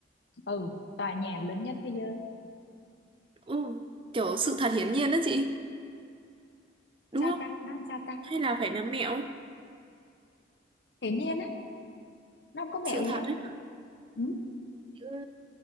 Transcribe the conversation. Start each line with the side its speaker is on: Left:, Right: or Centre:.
Left: ừ tòa nhà lớn nhất thế giới
Right: ừ, kiểu sự thật hiển nhiên đó chị, đúng
Left: sao
Right: không?
Left: ta nó làm sao ta
Right: Hay là phải nắm mẹo?
Left: hiển nhiên á nó không có mẹo
Right: Sự
Left: gì
Right: thật
Left: hết
Right: ấy.
Left: ừ
Right: Ừ,